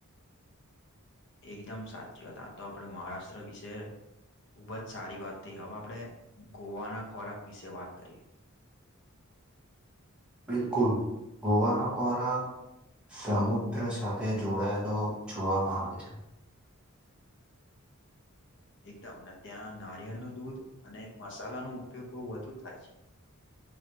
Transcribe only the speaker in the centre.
બિલકુલ ગોવાનો ખોરાક સમુદ્ર સાથે જોડાયેલો જોવામાં આવે છે